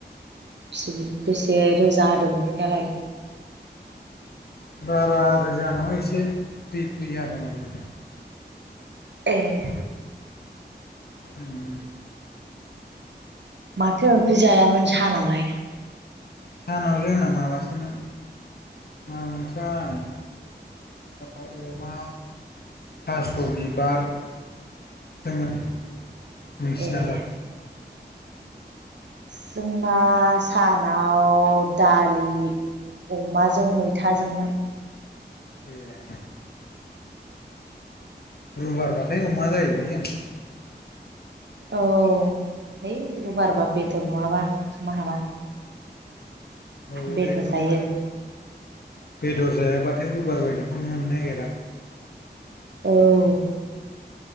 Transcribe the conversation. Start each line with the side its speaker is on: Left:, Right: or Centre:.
Right: बेसे बु बेसे रोजा होदों अखायालाय?
Left: बारा रोजा नङा एसे, फ्रि फ्रि जादों आरो।
Right: एह
Left: उम
Right: माथो ओंख्रि जायामोन सानावलाय?
Left: सानाव जोंना माबासोमोन मा मोनथाइ अमा थास' बिबारसोमोन नोंसिना
Right: ए
Left: लाय?
Right: जोंना सानाव दालि अमाजों मैथाजोंमोन।
Left: ए रबिबार बाथाय अमा जायो जोंथि
Right: औ है रुबार बा बेदर नङाबा ओंखामा हाबा
Left: औ
Right: बेदर
Left: एकदमबारे
Right: जायो
Left: बेदर जायाबाथाय रबिबार बायदिखौनो मोननो नागिरा
Right: औ